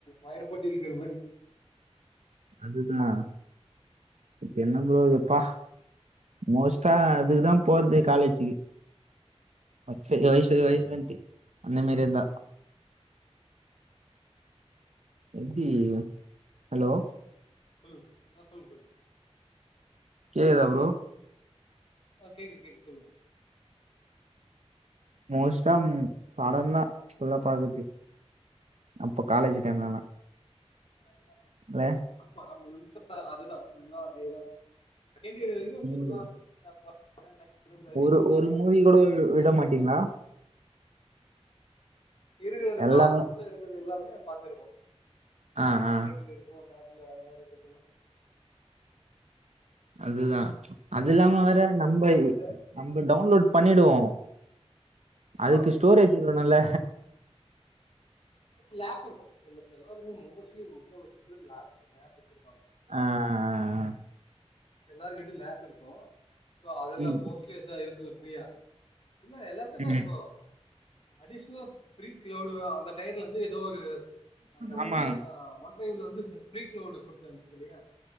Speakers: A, on the left; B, on the right.
A: வயர போட்டு இழுக்குற மாரி
B: அதுதா இப்ப என்ன ப்ரோப்பா மோஸ்டா இதுக்குதா போறது காலேஜுக்கு <unintelligible> திரு வண்டி அந்தமாரி எந்தா
A: <inaudible> <inaudible>
B: எப்டி ஹலோ
A: சொல்லுங் ப்ரோ ஆ சொல்லுங்க சொல்லுங்க
B: கேக்குதா ப்ரோ
A: ஆ கேக்குது கேக்குது சொல்லுங்க
B: மோஸ்டா படோதா ஃபுல்லா பாக்கற்து அப்போ காலேஜு
A: சரி
B: டைம்லலா
A: <unintelligible>
B: த
A: ஆமா முழுசா அதுதா ஃபுல்லா அதேதா செகண்ட் இயர் வரிக்கும்
B: ம்
A: ஃபுல்லா <unintelligible> இப்பதா
B: ஒரு
A: எ <unintelligible> படோ
B: ஒரு மூவி கூட
A: அதெல்லா அதே
B: விட மாட்டீங்களா
A: அதா இருக்குது அந்த
B: எல்லாமே
A: டாப்புல இருக்குது எல்லாமே பாத்துருப்போ டாப்
B: ஆ
A: ஹண்ட்ரட்ல
B: ஆ
A: இருக்கு டாப்ல அது மாரி இருக்குறதெல்லா
B: அதுதா அது
A: அதா
B: இல்லாம வேற நம்பாயி
A: அது
B: நம்ம டவுன்லோட் பண்ணிடுவோ அதுக்கு
A: ஆ
B: ஸ்டோரேஜ் இருக்கனுல்ல
A: லேப் இருக்கு செல்லு எல்லாருமே மோஸ்ட்லி முக்கா வாசிப்பேர் லேப் ஆஃப் வச்சிருப்பாங்க
B: அ அ அ அ
A: எல்லாருகிட்டயு லேப் இருக்கும் சோ அதுல்ல
B: ம்
A: மோஸ்ட்லி <unintelligible> இருக்குல்ல ப்ரியா இல்ல எல்லா என்னடா
B: ம்
A: இப்போ அடிஷ்னல் ப்ரிங் க்லவ்டுதா அந்த டைட்டில்ல இருந்து எதோ ஒரு அந்த
B: ஆமா
A: ஒன் அ ஒன் டிரைவுல வந்து ப்ரிக்லவுடு குடுத்தே வந்துச்சு இல்லையா